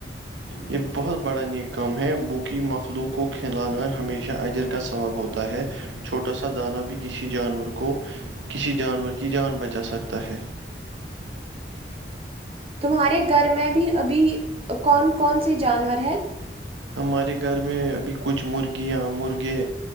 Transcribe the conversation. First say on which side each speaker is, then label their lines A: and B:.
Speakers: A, on the right (about 85°); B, on the right (about 30°).
A: یہ بہت بڑا نیک کام ہے بوکی مخلوق کو کھلانا ہمیشہ اجر کاا ثواب ہوتا ہے چھوٹا سا دانا بھی کسی جانور کو کسی جانور کی جان بچا سکتا ہے
B: تمہارے گھر میں بھی ابھی کون کون سے جانور ہیں
A: ہمارے گھر میں ابھی کچھ مرغیاں مرغے